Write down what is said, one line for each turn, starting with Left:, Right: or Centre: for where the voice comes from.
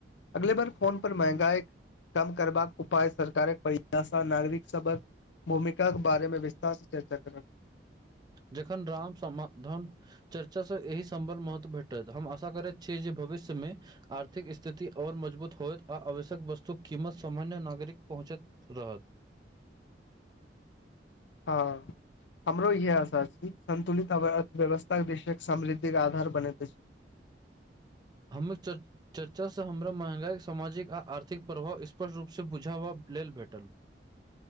Left: अगले बार फोन पर महंँगाई कम करबाक उपाय सरकारक परयषा नागरिक सबक भूमिका के बारेमे विस्तारसँ चर्चा करब
Right: जखन राम समाधन चर्चा सँ एहि संबल महत्व भेटत हम आशा करैत छीयै जे भविष्य में आर्थिक स्थिति और मजबूत होय आ आवश्यक वस्तु कीमत सामान्य नागरिक पहुँचत तऽरहत
Left: हँ हमरो इहे आशा छी संतुलित अर्थव्यवस्था के विषय समृद्धिक के आधार बनति अछ
Right: हमहुँ च चर्चासँ हमरा महगाई सामाजिक आ आर्थिक प्रभाव स्पष्ट रूपस बुझावा लेल भेटल